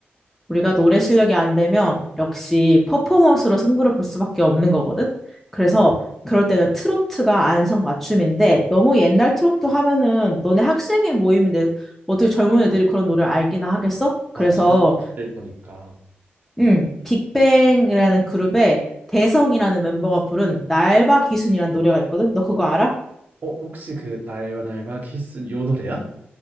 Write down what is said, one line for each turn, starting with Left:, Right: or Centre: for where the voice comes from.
Centre: 우리가 노래 실력이 안 되면 역시 퍼포먼스로 승부를 볼 수밖에 없는 거거든? 그래서 그럴 때는 트로트가 안성맞춤인데, 너무 옛날 트로트 하면은 너네 학생회 모임인데 어떻게 젊은 애들이 그런 노래를 알기나 하겠어? 그래서,
Right: 맞아. 음, 20대일 거니까.
Centre: 음, 빅뱅이라는 그룹에 대성이라는 멤버가 부른 날바 기순이라는 노래가 있거든? 너 그거 알아?
Right: 어 혹시 그 날바 날바 키스 요 노래야?